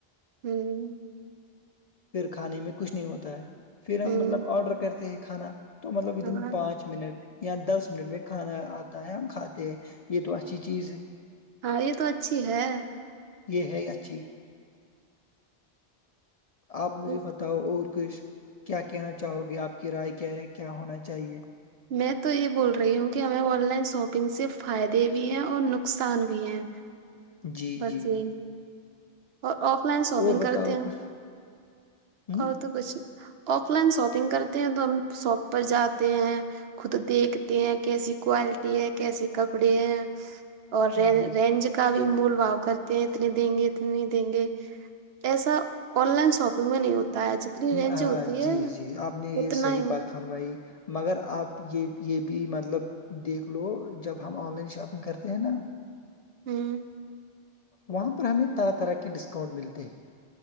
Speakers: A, on the right (about 75°); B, on the left (about 55°).
A: ہوں
B: پھر کھانے میں کچھ نہیں ہوتا ہے پھر
A: ہ
B: ہم مطلب آرڈر کرتے ہیں کھانا تو مطلب ودن
A: ہاں
B: پانچ منٹ یا دس منٹ میں کھانا آتا ہے ہم کھاتے ہیں یہ تو اچھی چیز ہے
A: ہاں یہ تو اچھی ہے
B: یہ ہے اچھی آپ مجھے
A: یہ
B: بتاؤ اور کچھ کیا کہنا چاہو گے آپ کی رائے کیا ہے کیا ہونا چاہیے
A: میں تو یہ بول رہی ہوں کہ ہمیں آن لائن شاپنگ سے فائدے بھی ہیں اور نقصان بھی ہیں
B: جی
A: بس
B: جی
A: یہی اور آف لائن شاپنگ
B: اور
A: کرتے
B: بتاؤ
A: ہیں
B: کچھ ہ
A: اور تو کچھ آف لائن شاپنگ کرتے ہیں تو ہم شاپ پر جاتے ہیں خود دیکھتے ہیں کیسی کوالٹی ہے کیسے کپڑے ہیں اور رین
B: جی
A: رینج کا بھی مول بھؤ کرتے ہیں اتنے دیں گے نہیں دیں گے ایسا آن لائن شاپنگ میں نہیں ہوتا ہے جتنی رینج
B: ہاں
A: ہوتی ہے
B: جی جی آپ نے یہ
A: اتنا
B: صحیح
A: ہی
B: بات فرمائی مگر آپ یہ یہ بھی مطلب دیکھ لو جب ہم آن لائن شاپنگ کرتے ہیں نا
A: ہوں
B: وہاں پر ہمیں طرح طرح کے ڈسکاؤنٹ ملتے ہیں